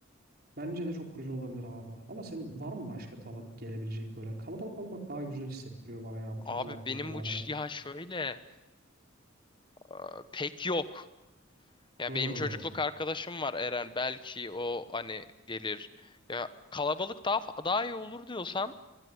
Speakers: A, on the right; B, on the left.
A: bence de çok güzel olabilir abi. Ama senin var mı başka taladık gelebilecek böyle? Kalabalık olmak daha güzel hissettiriyor bana ya bu
B: Abi
A: tarz aktivitelerde.
B: benim bu iş- ya şöyle e, pek yok. Ya
A: Hmm.
B: benim çocukluk arkadaşım var Eren belki o hani gelir. Ya kalabalık daha fa- daha iyi olur diyorsan